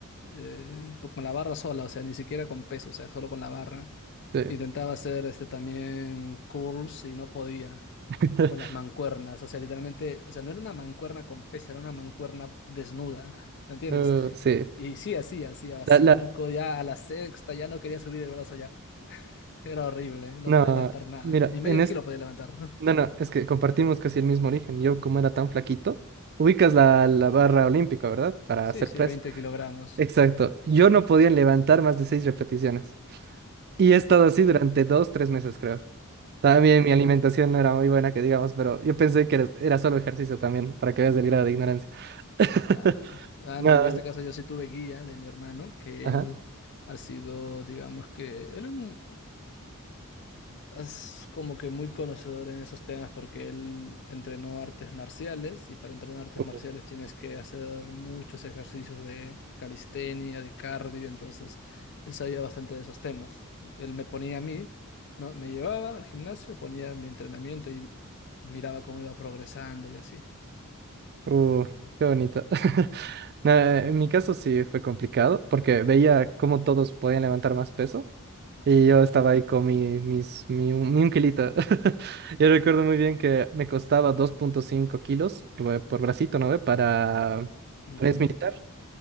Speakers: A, on the left; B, on the right.
A: eh, po- con la barra sola, o sea, ni siquiera con peso, o sea, solo con la barra.
B: sí.
A: Intentaba hacer este también curls y no podía
B: <laughs>
A: con las mancuernas, o sea, literalmente, o sea, no era una mancuerna con peso, era una mancuerna desnuda, ¿me entiendes?
B: Uh, sí,
A: Y sí, así, hacía
B: la,
A: cinco,
B: la,
A: ya a la sexta, ya no quería subir el brazo ya. Era horrible, no
B: no,
A: podía levantar nada,
B: mira,
A: ni medio
B: en es,
A: kilo podía levantar.
B: no,
A: <laughs>
B: no, es que compartimos casi el mismo origen, yo como era tan flaquito, ubicas la, la barra olímpica, ¿verdad? Para hacer
A: Sí, sí,
B: press.
A: 20 kilogramos.
B: Exacto, yo no podía levantar más de seis repeticiones. Y he estado así
A: Wow,
B: durante dos, tres meses, creo. También mi alimentación no era muy buena, que digamos, pero yo pensé que era, era solo ejercicio también, para que veas el grado de ignorancia. <laughs>
A: claro. Ah,
B: Nada.
A: no, en este caso yo sí tuve guía de mi hermano, que
B: Ajá.
A: él ha sido, digamos que, él mm, es como que muy conocedor en esos temas porque él entrenó artes marciales y para entrenar artes
B: Uh,
A: marciales tienes que hacer muchos ejercicios de calistenia, de cardio, entonces él sabía bastante de esos temas. Él me ponía a mí, ¿no? Me llevaba al gimnasio, ponía mi entrenamiento y miraba cómo iba progresando y así.
B: uh, qué bonito. <laughs> Nada, en mi caso sí fue complicado, porque veía cómo todos podían levantar más peso. Y yo
A: Ujú.
B: estaba ahí con mi, mis, mi, un, mi un kilito. <laughs> Yo recuerdo muy bien que me costaba dos punto cinco kilos eh, por bracito, ¿no ve? Para,
A: Ujú,
B: para es militar.